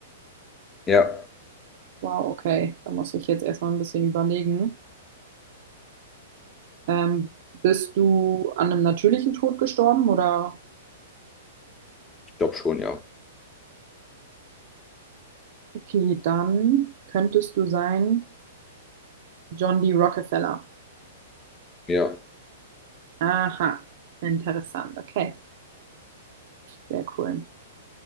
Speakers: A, on the left; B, on the right.
A: Ja,
B: Wow, okay, da muss ich jetzt erstmal ein bisschen überlegen. Ähm, bist du an einem natürlichen Tod gestorben oder?
A: ich glaube schon, ja.
B: Okay, dann könntest du sein John D. Rockefeller.
A: Ja,
B: Aha, interessant. Okay, sehr cool.